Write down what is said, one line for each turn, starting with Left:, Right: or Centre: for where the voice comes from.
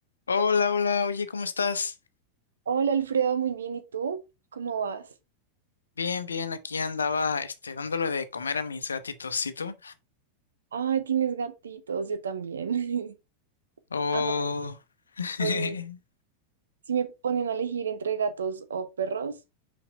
Left: Hola, hola, oye, ¿cómo estás?
Right: Hola Alfredo, muy bien. ¿Y tú? ¿Cómo vas?
Left: Bien, bien, aquí andaba, este, dándole de comer a mis gatitos, ¿y tú?
Right: Ay, tienes gatitos, yo también. <laughs>
Left: Oh.
Right: Amo,
Left: <laughs>
Right: soy... Si me ponen a elegir entre gatos o perros,